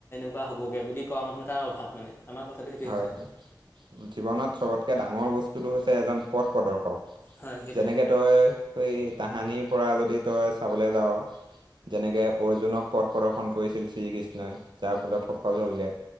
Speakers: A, on the left; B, on the right.
A: কোৱা হবগে বুলি কোৱা মানুহ এটাৰ অভাৱ মানে আমাৰ কথাটো সেইটোয়ে
B: হয়
A: হৈছে
B: জীৱনত সবতকে ডাঙৰ বস্তুটো হৈছে এজন পথ প্ৰদৰ্শক
A: হয় সেইটোৱে
B: যেনেকে তই সেই তাহানিৰ পৰা যদি তই চাবলৈ যাও যেনেকে অৰ্জুনক পথ প্ৰদৰ্শন কৰিছিল শ্ৰীকৃষ্ণই যাৰ ফলত সফল হ'লগে